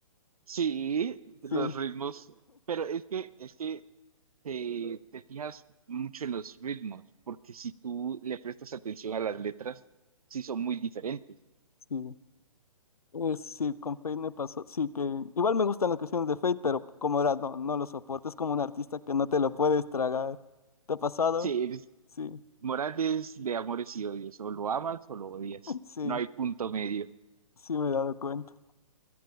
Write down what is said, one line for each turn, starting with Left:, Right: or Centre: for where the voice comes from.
Right: Sí, los
Left: Sí,
Right: ritmos, pero es que, es que te, te fijas mucho en los ritmos, porque si tú le prestas atención a las letras, sí son muy diferentes.
Left: sí. Es, sí, con Fate me pasó. Sí, que igual me gustan las canciones de Fate, pero como era, no, no lo soporto. Es como un artista que no te lo puedes tragar. ¿Te ha pasado?
Right: Sí, es-
Left: Sí,
Right: Morales de amores y odios, o lo amas o lo odias,
Left: <laughs> sí,
Right: no hay punto medio.
Left: sí me he dado cuenta.